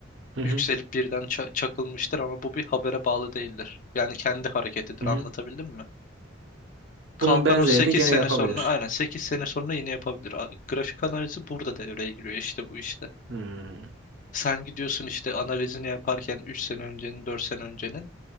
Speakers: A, on the right (about 65°); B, on the left (about 40°).
A: Hı hı.
B: Yükselip birden ça- çakılmıştır ama bu bir habere bağlı değildir. Yani kendi hareketidir
A: Hı
B: anlatabildim
A: hı.
B: mi? Kalkar
A: Bunun benzerini
B: o sekiz
A: gene
B: sene
A: yapabilir.
B: sonra aynen 8 sene sonra yine yapabilir. A- Grafik analizi burada devreye giriyor işte bu işte.
A: Hmm.
B: Sen gidiyorsun işte analizini yaparken üç sene öncenin 4 sene öncenin.